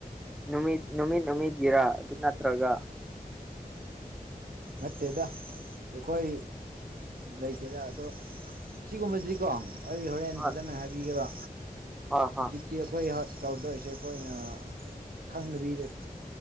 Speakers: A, in the centre; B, on the right.
A: ꯅꯨꯃꯤꯠ ꯅꯨꯃꯤꯠ ꯅꯨꯃꯤꯠꯒꯤꯔꯥ ꯑꯗꯨ ꯅꯠꯇ꯭ꯔꯒ
B: ꯃꯠꯇꯦꯗ ꯑꯩꯈꯣꯏ ꯂꯩꯇꯦꯗ ꯑꯗꯣ ꯁꯤꯒꯨꯝꯕꯁꯤꯀꯣ ꯑꯩ ꯍꯣꯔꯦꯟ
A: ꯍꯣꯏ
B: ꯐꯖꯅ ꯍꯥꯏꯕꯤꯒꯦꯕ
A: ꯍꯣꯏ ꯍꯣꯏ
B: ꯍꯧꯖꯤꯛꯇꯤ ꯑꯩꯈꯣꯏ ꯇꯧꯗꯧꯔꯤꯁꯦ ꯑꯩꯈꯣꯏꯅꯗꯕꯤꯗ